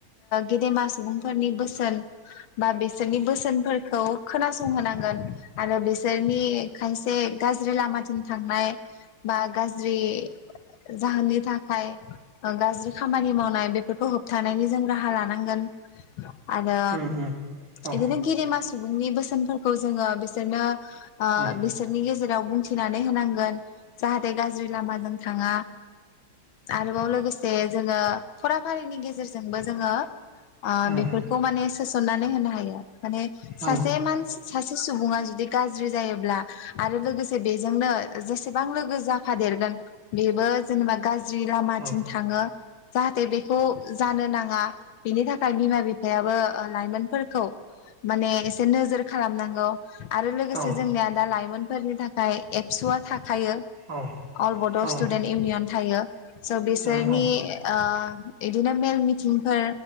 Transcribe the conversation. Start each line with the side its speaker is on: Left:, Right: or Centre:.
Left: गेदेमा सुबुंफोरनि बोसोन बा बिसो बिसोरनि बोसोनफोरखौ खोनासंहोनांगोन आरो बिसोरनि खायसे गाज्रि लामा थि थांनाय बा गाज्रि जाहोननि थाखाय गाज्रि खामानि मावनाय बेफोरखौ होबथानायनि जों राहा लानांगोन <unintelligible> आरो
Right: उम उम औ
Left: बिदिनो गेदेमा सुबुंनि बोसोनफोरखौ जोंङो बिसोरनो ओ
Right: उम
Left: बिसोरनि गेजेराव बुंथिनानै होनांगोन जाहाथे गाज्रि लामाजों थांङा आरोबाव लोगोसे जोंङो फराफारिनि गेजेरजोंबो जोंङो
Right: उम
Left: बेफोरखौ माने सोसननानै होनो हायो माने
Right: नंगौ
Left: सासे मानसि सासे सुबुंङा जुदि गाज्रि जायोब्ला आरो लोगोसे बेजोंनो जेसेबां लोगो जाफादों दोन बेबो जेनेबा गाज्रि लामाथिं
Right: औ
Left: थांङो जाहाथे बेखौ जानो नांङा बिनि थाखाय बिमा बिफा हाबो लाइमोनफोरखौ माने एसे नोजोर खालामनांगौ आरो लोगोसे
Right: औ
Left: जोंनिया दा लाइमोनफोरनि थाखाय एबसुआ थाखा थायो
Right: औ
Left: अल बड'
Right: औ
Left: स्टुडेन्ट इउनियन थायो। स' बिसोरनि
Right: उम औ
Left: बिदिनो मेल मिथिंफोर